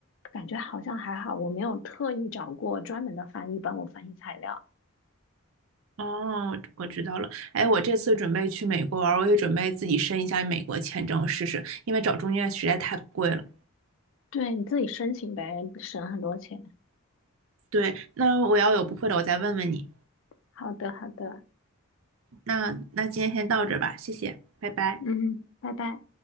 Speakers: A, on the left; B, on the right.
A: 感觉好像还好，我没有特意找过专门的翻译帮我翻译材料，
B: 哦，我知道了。哎，我这次准备去美国玩儿，我也准备自己申一下美国签证试试，因为找中介实在太贵了。
A: 对，你自己申请呗，省很多钱。
B: 对，那我要有不会的，我再问问你。
A: 好的，好的，
B: 那那今天先到这儿吧，谢谢，拜拜。
A: 嗯，拜拜。